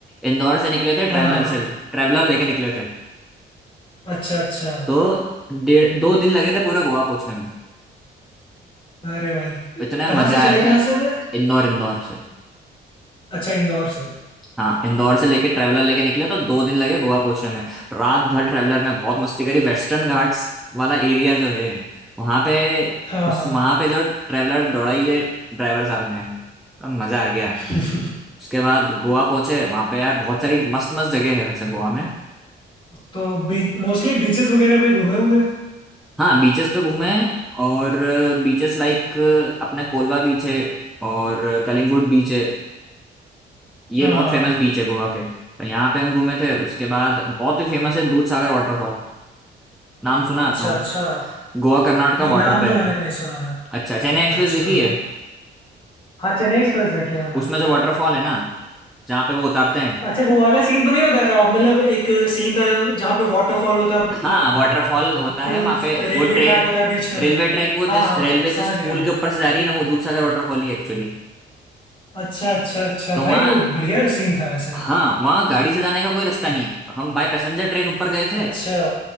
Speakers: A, in the centre; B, on the left.
A: इंदौर से निकले थे
B: हाँ
A: ट्रैवलर से ट्रैवलर लेके निकले थे
B: अच्छा अच्छा
A: तो डेढ़ दो दिन लगे थे पूरा गोवा पहुंचने में
B: अरे भाई
A: इतने
B: कहाँ
A: मजा
B: से चले
A: आए
B: कहाँ
A: थे
B: से थे
A: इंदौर इंदौर से
B: अच्छा इंदौर से
A: हाँ इंदौर से लेके ट्रेवलर लेके निकले तो दो दिन लगे गोवा पहुंचने में रात भर ट्रेवलर में बहुत मस्ती करी वेस्टर्न घाट्स वाला एरिया जो है वहां पे
B: हाँ
A: उस
B: हाँ
A: वहां पे जो ट्रेवलर दौड़ाई है ड्राइवर साहब ने तो मजा आ गया
B: <laughs>
A: उसके बाद गोवा पहुंचे वहां पे यार बहुत सारी मस्त मस्त जगह है वैसे गोवा में
B: तो बी, मोस्टली बीचेस वगैरह पे ही घूमे होंगे
A: हाँ बीचेस पे घूमे हैं, और बीचेस लाइक अपने कोलवा बीच है और कलिंगुड बीच है ये
B: हाँ
A: बहुत फेमस बीच है गोवा के तो यहाँ पे हम घूमे थे उसके बाद बहुत ही फेमस है दूध सागर वाटरफॉल नाम सुना
B: अच्छा
A: है अपनों
B: अच्छा
A: गोवा कर्नाटका
B: नहीं
A: बॉर्डर
B: नाम
A: पे
B: तो मैंने
A: है
B: नहीं सुना है
A: अच्छा चेन्नई एक्सप्रेस
B: अच्छा
A: देखी है
B: हाँ चेन्नई एक्सप्रेस देखी है मैंने
A: उसमें जो वाटरफॉल है ना जहाँ पे वो उतारते हैं
B: अच्छा वो वाला सीन तो नहीं बता रहे हो आप मतलब एक सीन था जहाँ पे वाटरफॉल होता
A: हाँ
B: है
A: वाटरफॉल होता
B: बिल्कुल
A: है वहां पे
B: रेलवे
A: वो ट्रेन
B: ट्रैक होता है बीच में
A: रेलवे ट्रैक वो
B: हाँ
A: जिस
B: हाँ
A: रेलवे
B: समझ
A: जिस
B: गया
A: पुल के ऊपर से जा रही है ना वो दूधसागर वाटरफॉल ही एक्चुअली
B: अच्छा अच्छा अच्छा
A: तो वहाँ
B: भाई वो बढ़िया सीन था वैसे
A: हाँ वहाँ गाड़ी से जाने का कोई रास्ता नहीं है हम बाय पैसेंजर ट्रेन ऊपर गए थे
B: अच्छा